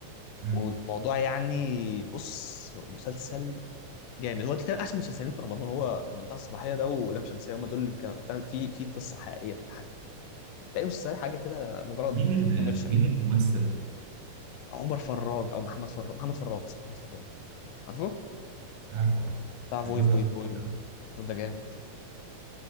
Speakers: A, on the right; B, on the left.
A: مم.
B: والموضوع يعني بص مسلسل جامد هو ده تقريباً احسن مسلسلين في رمضان هو منتهى الصلاحيه ده ولام شمسيه هم دول اللي كان فعلا في في قصه حقيقيه بتتحكى باقي المسلسلات حاجه كده مجرد
A: مين ال...
B: كوميرشال
A: مين
B: ايه
A: الممثل
B: عمر فراج او محمد فراج محمد فراج اسمه محمد فراج عارفه
A: عارفه اه
B: بتاع فوي
A: الواد
B: فوي
A: ده اصلا
B: فوي
A: كويس أوي.
B: وده جامد